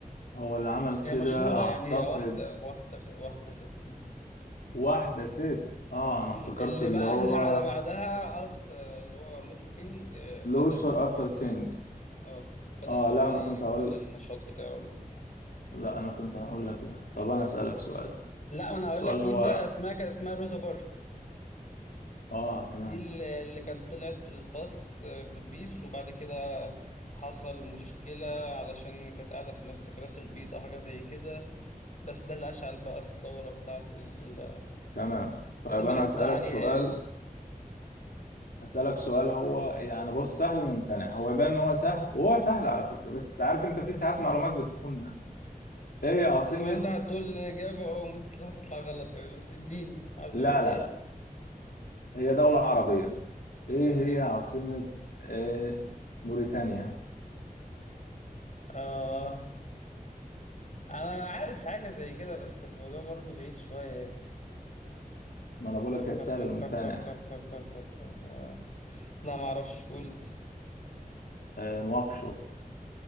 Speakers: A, on the left; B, on the left.
A: هو اللي عمل كده
B: هي مشهورة
A: أعتقد
B: يعني هي واحدة واحدة ب- واحدة ستين
A: واحدة ست آه أنا افتكرت
B: اللي
A: اللي
B: بقى
A: هو
B: اللي على بعدها أرث آه، اللي هو لوثر كينج آه، بدأ
A: لوثر
B: إن هو
A: أرثر كينج
B: اه بدأ
A: آه
B: ان هو
A: لا أنا
B: يقود
A: كنت هقول
B: النشاط بتاعه
A: لا أنا كنت هقول لك ده طب أنا أسألك سؤال
B: لا انا
A: سؤال
B: هقول لك مين
A: هو
B: بقى اسمها كان اسمها روزا بارك
A: آه تمام
B: دي اللي اللي كانت طلعت في الباص آه، في الاتوبيس وبعد كده حصل مشكلة علشان كانت قاعدة في نفس كراسي البيض أو حاجة زي كده بس ده اللي أشعل بقى الثورة بتاعة ال...
A: تمام طيب
B: تم
A: أنا
B: الاعتداء
A: أسألك
B: عليها
A: سؤال
B: يعني
A: أسألك سؤال هو يعني بص سهل الممتنع هو يبان إن هو سهل وهو سهل على فكرة بس عارف أنت في ساعات معلومات بتكون ايه عاصمة
B: لو أنت هتقول إجابة أو ممكن هتطلع غلط يعني بس اديني عاصمة
A: لا
B: إيه؟
A: لا لا هي دولة عربية ايه
B: أوكي
A: هي عاصمة إيه... موريتانيا
B: آه انا عارف حاجة زي كده بس الموضوع برضو بعيد شوية
A: ما انا بقول لك
B: با-
A: هي
B: با-
A: سهل
B: با-
A: الممتنع
B: با- با- با- با- با- با- با- لا ما اعرفش قلت
A: آه... نواكشوط